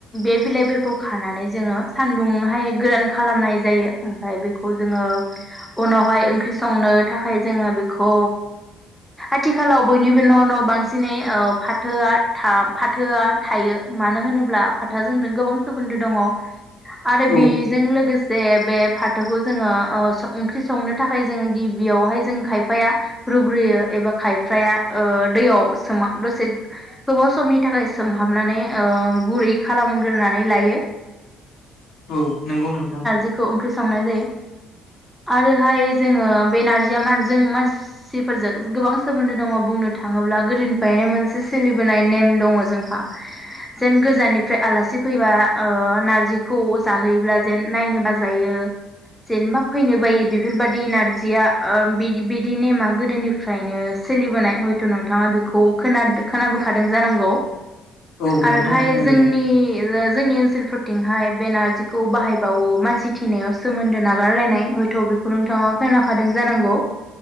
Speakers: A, in the centre; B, on the left.
A: बे बिलाइफोरखौ खानानै जोङो सान्दुंहाय गोरान खालामनाय। जायो ओमफाय बेखौ जोङो उनावहाय ओंख्रि संनो थाखाय जोङो बेखौ आथिखालाव बयनिबो न न बांसिनै ओव फाथोआ था फाथोआ थायो मानो होनोब्ला फाथोआ जोंजों गोबां सोमोन्दो दङ। आरो
B: औ
A: बेजों लोगोसे बे बे फाथोखौ जोङो ओ ओंख्रि संनो थाखाय जोङो गिबियावहाय जों खायफाया रुग्रोयो एबा खायफाया ओ दैयाव सोमा दसे गोबाव समनि थाखाय सोमहाबनानै ओ गुरै खालामग्रोनानै लायो।
B: औ नोंगौ नोंथां।
A: बिखौ ओंख्रि संनाय जायो आरोहाय जोङो बे नारजिया मा जों मानसिफोरजों गोबां सोमोन्दो दङ बुंनो थाङोब्ला गोदोनिफायनो मोनसे सोलिबोनाय नेम दङ जोंहा जेन गोजाननिफ्राय आलासि फैबा ओ नारजिखौ जाहोयोब्ला जेन नायनोबा जायो जेनेबा फैनो बायो बेफोरबादि नारजिया ओ बि-बिदि नेमा गोदोनिफ्रायनो सोलिबोनाय हयथ नोंथाङा बिखौ खोनाद-खोनाबोखादों जानांगौ।
B: औ
A: आरोहाय
B: नोंथां थारैनो
A: जोंनि जोंनि ओनसोलफोर थिंहाय बे नारजिखौ बाहायबावो मानसि थिनायाव सोमोन्दो नागारलायनाय हयथ बेखौ नोंथाङा खोनाखादों जानांगौ।